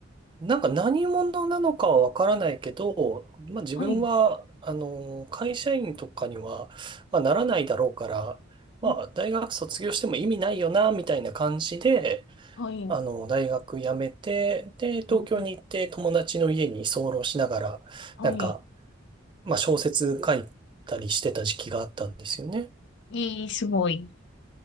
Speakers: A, on the right (about 25°); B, on the left (about 60°).
A: なんか何者なのかはわからないけど、まあ自分は、
B: はい、
A: あの、会社員とかには、まあ、ならないだろうから、まあ大学卒業しても意味ないよな、
B: うん
A: みたいな感じで、
B: はい、
A: あの、大学辞めて、で、東京に行って友達の家に居候しながら、
B: うんはい。
A: なんか、まあ小説書いたりしてた時期があったんですよね。
B: えー、すごい。